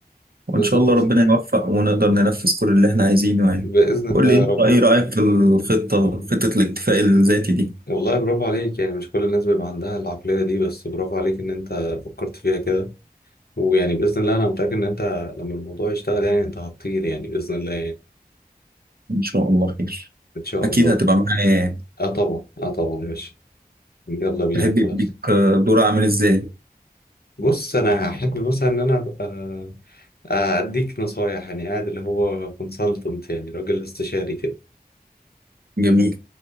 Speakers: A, on the right; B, on the left.
A: وان
B: بالظبط
A: شاء الله ربنا يوفق ونقدر ننفذ كل اللي احنا عايزينه يعني
B: بإذن
A: قول
B: الله
A: لي انت
B: يا رب
A: ايه رأيك في الخطة خطة الاكتفاء الذاتي دي
B: والله برافو عليك يعني مش كل الناس بيبقى عندها العقلية دي بس برافو عليك إن أنت فكرت فيها كده ويعني بإذن الله أنا متأكد إن أنت لما الموضوع يشتغل يعني أنت هتطير يعني بإذن الله يعني
A: ان شاء الله خير
B: إن شاء
A: اكيد
B: الله
A: هتبقى معايا يعني.
B: أه طبعا أه طبعا ماشي يلا بينا
A: تحب يبقى
B: خلاص
A: ليك دور عامل ازاي
B: بص أنا هحب مثلا إن أنا أبقى آه، أديك نصايح يعني قاعد اللي هو كونسلتنت يعني راجل استشاري كده
A: جميل